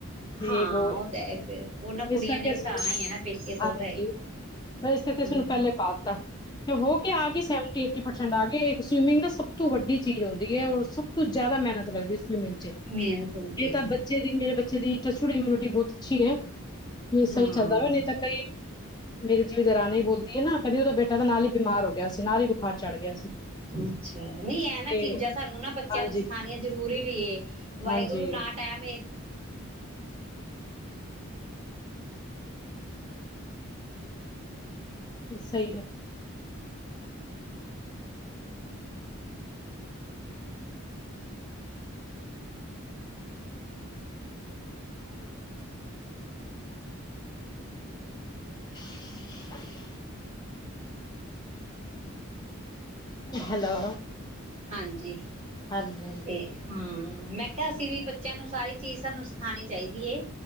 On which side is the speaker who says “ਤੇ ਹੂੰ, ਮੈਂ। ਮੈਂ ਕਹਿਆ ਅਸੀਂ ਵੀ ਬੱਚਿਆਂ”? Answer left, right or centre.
Right